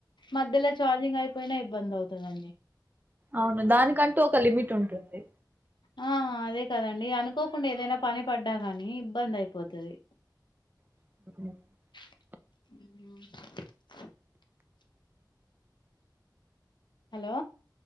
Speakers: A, on the left; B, on the right.
A: మధ్యలో చార్జింగ్ అయిపోయినా ఇబ్బంది అవుతదండి
B: అవును దానికంటు ఒక లిమిట్ ఉంటుంది
A: ఆ అదే కదండి అనుకోకుండా ఏదైనా పని పడ్డా కాని ఇబ్బంది అయిపోతది.
B: అ
A: అ హలో